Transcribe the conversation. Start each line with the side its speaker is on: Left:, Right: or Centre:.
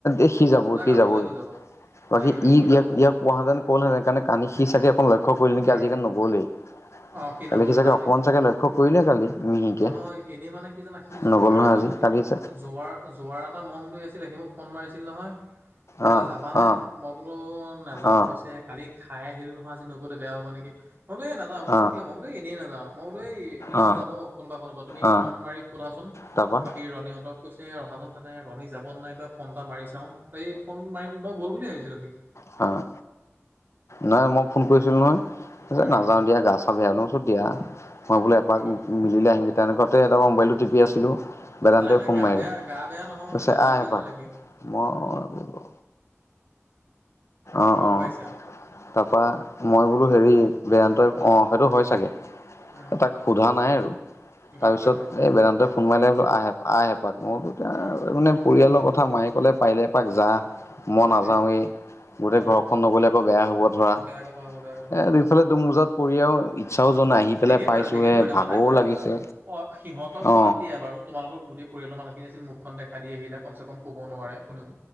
Left: এ সি যাব,
Right: তাক
Left: সি
Right: আৰু
Left: যাবই।
Right: বুজালেও যাব।
Left: আজি
Right: তাক এইবিলাক
Left: ই-ইয়াক-ইয়াক
Right: কৈ লাভ নাই
Left: কোৱাহেতেন কলহেঁতেন কাৰণে কালি সি চাগে অকণ লক্ষ্য কৰিল নেকি
Right: উম,
Left: আজি কাৰনে নগ'লেই।
Right: অ', সি
Left: কালি
Right: নগল নহয়
Left: চাগে
Right: আজি।
Left: অকণমান চাগে লক্ষ্য কৰিলে কালি মিহিকে
Right: নহয়, এনেই মানে কি জানা সি
Left: নগ'ল
Right: যোৱাৰ
Left: নহয়
Right: এটা
Left: আজি
Right: মটি,
Left: কালি চাগে
Right: জোৱাৰ জো যোৱাৰ এটা মন লই আছিলে, সি মোক ফন মাৰিছিল নহয় বোলে
Left: অ
Right: যাবানে।
Left: অ
Right: মই বোলো নাযাওঁ,
Left: অ
Right: কৈছে কালি খাই আহিলোঁ নহয় আজি নগলে বেয়া হ'ব নিকি। মই বোলো এ নাযাও, কছে
Left: অ
Right: কিয়? মই বোলো এনেই নাযাওঁ। মই বোলো এই ইহঁত
Left: অ
Right: যাব কোনোবা কোনোবা তুমি
Left: অ
Right: ফ'ন মাৰি সোধাচোন
Left: তাৰপা
Right: বাকী ৰণীহঁতক। কৈছে ৰখাচোন তেনে ৰণী যাব নে নাই বা ফ'ন এটা মাৰি চাওঁ, এই ফ'ন মাৰিম মই গ'ল বুলি ভাবিছিলোঁ সি।
Left: হা', নাই মই ফোন কৰিছিলো নহয়, কৈছে
Right: উম,
Left: নাযাও দিয়া গা-চা বেয়া ন। দিয়া। মই বোলে এপাক
Right: গম পাই
Left: মিলিলে আহিম কে তেনেকুৱাতে তাপা মোবাইলটো টিপি আছিলো বেদান্তই
Right: নাই নাই
Left: ফোন
Right: গা
Left: মাৰিলে,
Right: বেয়া গা বেয়া নহয়
Left: কৈছে
Right: নাযাওঁ
Left: আহ
Right: বুলিয়ে
Left: এপাক,
Right: জনাই সি
Left: মই অ বোলো অ',
Right: গম
Left: অ',
Right: পাইছা
Left: তাপা মই বোলো হেৰি বেদান্তই
Right: উম,
Left: অ', সেইটো হয় চাগে।
Right: উম,
Left: তাক সোধা নাই আৰু, তাৰছত
Right: গম পাইছোঁ
Left: এই বেদান্তই ফোন মাৰিলে বোলো আহে এপা-আহ এপাক মই বোলো এতি
Right: উম'।
Left: মানে পৰিয়ালৰ কথা মায়ে ক'লে পাৰিলে এপাক যা, মই
Right: সেইটোৱে
Left: নাযাওঁৱেই।
Right: সেইটোৱে
Left: গোটেই
Right: উম,
Left: ঘৰখন নগ'লে আকৌ বেয়া হ'ব ধৰা।
Right: বেয়া কথা হ'ব বেয়া কথা হ'ব
Left: এ দুফালে দুমোজাত পৰি আৰু ই ছাওজন আহি পেলাই
Right: ঠিকে
Left: পাইছোহে
Right: কৰিলা, ঠিকে কৰিলা,
Left: ভাগৰো
Right: মানে
Left: লাগিছে
Right: অ সিহতক
Left: অ
Right: বাদ দিয়া বাৰু তোমালোকৰ গোটেই পৰিয়ালৰ মানুহখিনি আছিল মুখখন দেখা দি আহিলে কমচে-কম ক'ব নোৱাৰে কোনেও।